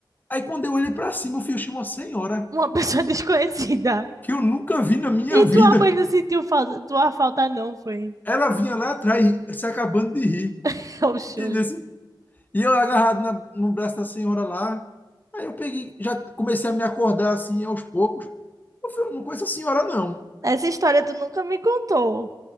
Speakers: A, on the left; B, on the right.
A: Aí quando eu olhei para cima, eu fui achei uma senhora
B: uma pessoa <laughs> desconhecida.
A: que eu nunca vi na minha
B: E
A: vida.
B: tua mãe não sentiu falta? Tua falta não foi.
A: Ela vinha lá atrás, se acabando de rir.
B: <laughs> Oxe,
A: Entendeu?
B: oxe.
A: Assim, E eu agarrado na- no braço da senhora lá. Aí eu peguei, já comecei a me acordar assim aos poucos. Eu falei, eu não conheço a senhora, não.
B: Essa história tu nunca me contou.